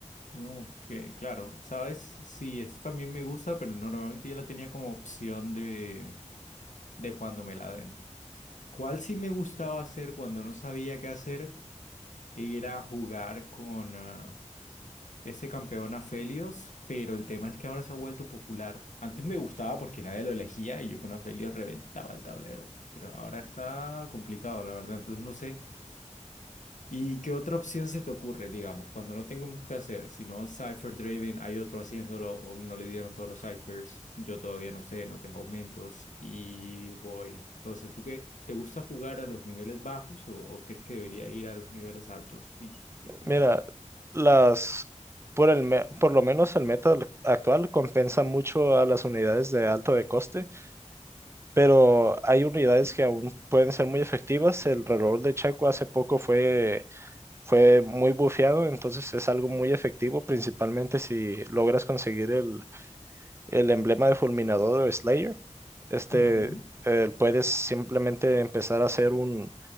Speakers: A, on the left; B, on the right.
A: No, que claro, sabes, sí, eso también me gusta, pero normalmente yo la tenía como opción de, de cuando me la den. ¿Cuál sí me gustaba hacer cuando no sabía qué hacer? Era jugar con... ah, este campeón a Felios, pero el tema es que ahora se ha vuelto popular. Antes me gustaba porque nadie lo elegía y yo con Felios reventaba el tablero. Pero ahora está complicado, la verdad. Entonces no sé. ¿Y qué otra opción se te ocurre, digamos, cuando no tengamos que hacer? Si no, Cypher Draven, hay otro haciéndolo, o no le dieron todos los Cyphers. Yo todavía no sé, no tengo aumentos y voy. Entonces, ¿tú qué? ¿Te gusta jugar a los niveles bajos o, o crees que debería ir a los niveles altos y y economía?
B: Mira, las, por, el me- por lo menos el meta al- actual compensa mucho a las unidades de alto de coste, pero hay unidades que aún pueden ser muy efectivas. El reloj de Checo hace poco fue fue muy bufeado, entonces es algo muy efectivo, principalmente si logras conseguir el, el emblema de Fulminador o Slayer. Este,
A: Ujú.
B: eh, puedes simplemente empezar a hacer un,